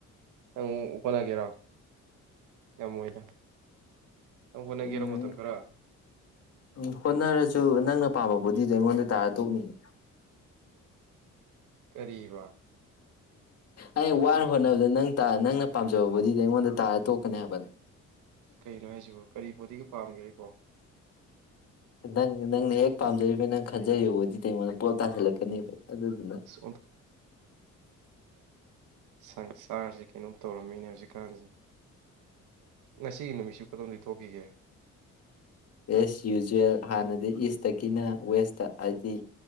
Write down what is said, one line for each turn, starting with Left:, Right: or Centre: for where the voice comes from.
Right: ꯅꯪ ꯍꯣꯠꯅꯒꯦꯔꯣ ꯉꯝꯃꯣꯏꯗ ꯅꯪ ꯍꯣꯠꯅꯒꯦꯔꯣ
Left: ꯎꯝ
Right: ꯃꯇꯝ ꯈꯔ
Left: ꯎꯝ ꯍꯣꯠꯅꯔꯁꯨ ꯅꯪꯅ ꯑꯄꯥꯝꯕꯕꯨꯗꯤꯗꯣ ꯑꯩꯉꯣꯟꯗ ꯇꯥꯔ ꯇꯣꯛꯅꯤꯡꯉ
Right: ꯀꯔꯤꯕ
Left: ꯑꯩ ꯋꯥꯅ ꯍꯣꯠꯅꯕꯗ ꯅꯪ ꯅꯪꯅ ꯄꯥꯝꯖꯕꯕꯨꯗꯤ ꯑꯩꯉꯣꯟꯗ ꯇꯥꯔ ꯇꯣꯛꯀꯅꯤ ꯍꯥꯏꯕꯅꯤ
Right: ꯀꯩꯅꯣ ꯍꯥꯏꯁꯤꯕꯣ ꯀꯔꯤ ꯕꯨꯗꯤ ꯄꯥꯝꯒꯦ ꯑꯩꯀꯣ
Left: ꯅꯪ ꯅꯪꯅ ꯍꯦꯛ ꯄꯥꯝꯖꯔꯤꯕꯅꯤ ꯅꯪ ꯈꯟꯖꯔꯤꯕꯕꯨꯗꯤ ꯑꯩꯉꯣꯟꯗ ꯄꯣꯠꯞ ꯇꯥꯥꯁꯜꯂꯛꯀꯅꯦꯕ ꯑꯗꯨꯗ ꯑꯗꯨꯅ
Right: ꯑꯁ ꯁꯪꯁꯥꯔꯁꯤ ꯀꯩꯅꯣꯝ ꯇꯧꯔꯝꯃꯤꯅꯦ ꯍꯧꯖꯤꯛꯀꯥꯟꯁꯤꯦ ꯉꯁꯤꯒꯤ ꯅꯨꯃꯤꯠꯁꯤ ꯈꯨꯗꯣꯅꯤ ꯊꯣꯛꯈꯤꯒꯦ
Left: ꯏꯁ ꯌꯨꯖꯋꯦꯜ ꯍꯥꯟꯅꯗꯤ ꯏꯁꯇꯒꯤꯅ ꯋꯦꯁꯇ ꯍꯥꯏꯕꯗꯤ